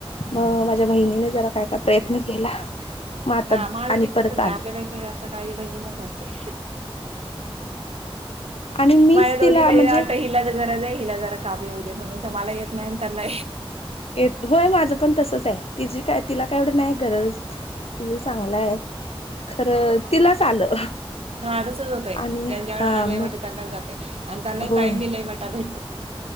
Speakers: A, on the right; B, on the left.
A: हं.
B: मग माझ्या बहिणीने जरा काय काय प्रयत्न केला मग आता
A: हा माझ
B: आणि
A: ते
B: परत
A: तसंच आहे
B: आलं
A: आपल्यापेक्षा जास्त काजी बहिणीला करते
B: आणि मीच
A: माय दोरी
B: तिला
A: मरी
B: म्हणजे
A: नाटही हिला ज गरज आहे हिला जरा काम येऊ दे म्हणून तर मला येत नाही त्यांना
B: येत होय माझं पण तसच आहे तिची काय तिला काय एवढ नाही गरज तिझं चांगलंय खरं तिलाच आलं
A: हा तसच होतंय
B: आणि
A: ज्यांच्याकडे
B: हा
A: आलाय म्हट
B: मग
A: त्यांनाच जातय आणि त्यांना
B: होय
A: टाइम दिलाय म्हटता भेटो